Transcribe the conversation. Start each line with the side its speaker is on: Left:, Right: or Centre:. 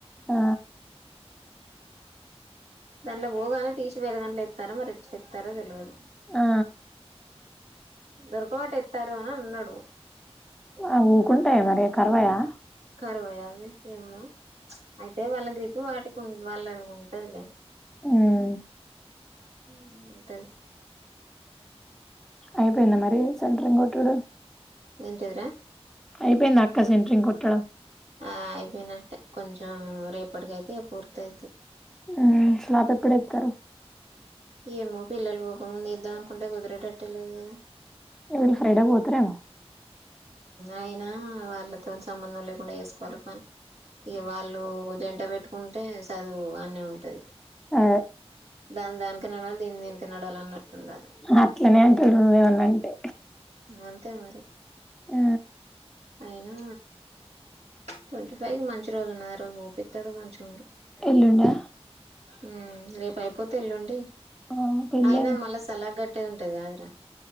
Centre: ఆ
Right: దాన్లో పోగానే తీసి వేరే దాంట్లో ఎత్తారో మరి ఎట్లా ఎత్తారో తెలియదు
Centre: ఆ
Right: దొరక బట్టి ఎత్తారు అని అన్నాడు
Centre: ఆ ఊకుంటాయా మరి కరవయా
Right: కరవై అవి ఏమ్మో అయితే వాళ్ళ గ్రిప్పు వాటికి వాళ్ళ ఉంటదిలే
Centre: ఉమ్
Right: ఉం ఉంటది
Centre: అయిపోయింద మరి సెంట్రింగ్ కొట్టుడు
Right: ఏంటదిరా
Centre: అయిపోయిందా అక్క సెంట్రింగ్ కొట్టడం
Right: ఆ అయిపోయినట్టే కొంచెం రేపటికి అయితే ఇగ పూర్త అయితు
Centre: ఉ స్లాబ్ ఎప్పుడు ఎతారు
Right: ఏమో పిల్లలు పోకముందు ఏదం అనుకుంటే కుదిరేటట్టలేదు కదా
Centre: ఎవడు ఫ్రైడే పోతారేమో
Right: అయినా వాళ్ళతో సంబంధం లేకుండా చేసుకోవాలి పని ఇక వాళ్ళు జంట పెట్టుకుంటే చదువు అన్నే ఉంటది
Centre: ఆ
Right: దాని దానికి నడవాలే దీన్ దేనికీ నడవాల అన్నట్టు ఉండాలి
Centre: అట్లనే అంటాారు ఏమన్నాంటే
Right: అంతే మరి
Centre: ఆ
Right: అయినా ట్వంటీ ఫైవ్ కి మంచి రోజు ఉన్నది ఆ రోజు ఊపిస్తాడు మంచి ఉండు
Centre: ఎల్లుండా
Right: హు రేపు ఐ <unintelligible> కాకపోతే ఎల్లుండి
Centre: ఆ పెళ్ళే
Right: అయినా మళ్ళా సలహ్ గట్టేది ఉంటుంది కాదురా